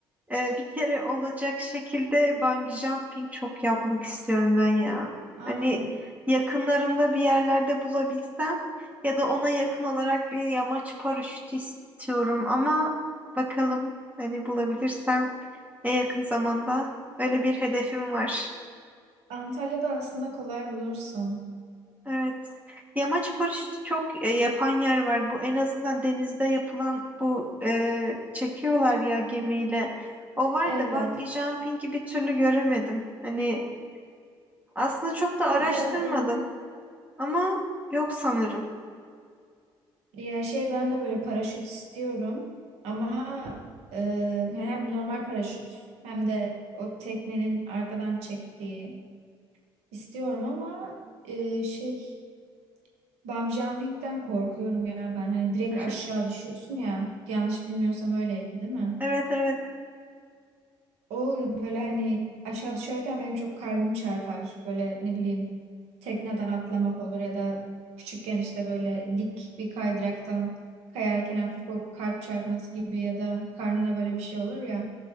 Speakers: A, on the right; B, on the right.
A: Ee, bir kere olacak şekilde bungee jumping çok yapmak istiyorum ben ya.
B: Aa,
A: Hani yakınlarımda bir yerlerde bulabilsem ya da ona yakın olarak bir yamaç paraşütü istiyorum ama bakalım hani bulabilirsem en yakın zamanda öyle bir hedefim var.
B: Antalya'da aslında kolay bulursun.
A: Evet. Yamaç paraşütü çok e, yapan yer var. Bu en azından denizde yapılan bu e, çekiyorlar ya gemiyle. O var
B: Evet.
A: da bungee jumping'i bir türlü göremedim. Hani aslında çok da araştırmadım
B: O biraz evet.
A: ama yok sanırım.
B: Ya şey ben de böyle paraşüt istiyorum. Ama e, hem normal paraşüt hem de o teknenin arkadan çektiği istiyorum ama e, şey Bungee jumping'den korkuyorum ya ben. Hani direkt
A: <laughs>
B: aşağı düşüyorsun ya. Yanlış bilmiyorsam öyleydi değil mi?
A: Evet evet.
B: O böyle hani aşağı düşerken benim çok kalbim çarpar. Böyle ne bileyim tekneden atlamak olur ya da küçükken işte böyle dik bir kaydıraktan kayarken hafif o kalp çarpması gibi ya da karnına böyle bir şey olur ya.